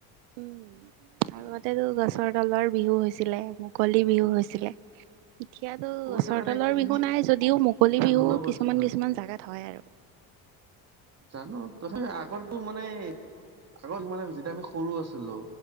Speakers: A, on the right (about 75°); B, on the right (about 35°).
A: উম, আগতেতো গছৰ তলৰ বিহু হৈছিলে, মুকলি বিহু হৈছিলে, এতিয়াতো
B: সৰু
A: গছৰ
B: থাকোতে
A: তলৰ
B: কি
A: বিহু নাই যদিও মুক কলি
B: আনন্দ
A: বিহু
B: কৰিছিলো
A: কিছুমান কিছুমান জাগাত হয় আৰু।
B: জানো, তথাপি আগৰতো মানে এ আগত মানে, যেতিয়া আমি সৰু আছিলোঁ,